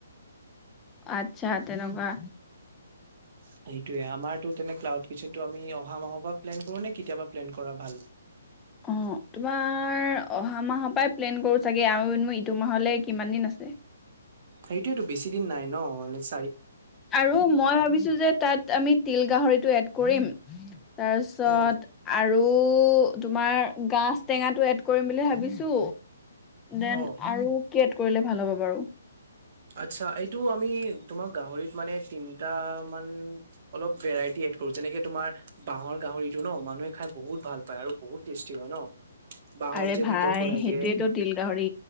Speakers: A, on the left (about 15°); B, on the right (about 50°).
A: আত্ছা তেনকা।
B: সেইটোৱে আমাৰটো তেনে ক্লাউড কিচনটো আমি অহা মাহৰ পৰা প্লেন কৰো নে কেতিয়া পা প্লেন কৰা ভাল? <inaudible>
A: অ' তোমাৰ অহা মাহৰ পৰাই প্লেন কৰোঁ চাগে আও এনেও ইটো মাহলে কিমান দিন আছে।
B: সেইটোৱেটো বেছি দিন নাই ন'! নিচ
A: আৰু মই ভাবিছো যে তাত আমি তিল গাহৰিটো এড কৰিম। তাৰপিছত
B: অ
A: আৰু তোমাৰ গাজ-টেঙাটো এড কৰিম বুলি ভাবিছো। ডেন
B: অ
A: আৰু কি এড কৰিলে ভাল হ'ব বাৰু?
B: আটচ্ছা! এইটো আমি তোমাৰ গাহৰিত মানে তিনটামান অলপ ভেৰাইটি এড যেনেকে তোমাৰ বাঁহৰ গাহৰিটো ন' মানুহে খাই বহুত ভাল পায় আৰু বহুত টেষ্টি হয় ন। বাঁহত
A: আৰে
B: যে
A: ভাই
B: ভিতৰত বনাই
A: সেইটোয়েতো
B: দিয়ে
A: তিল গাহৰি।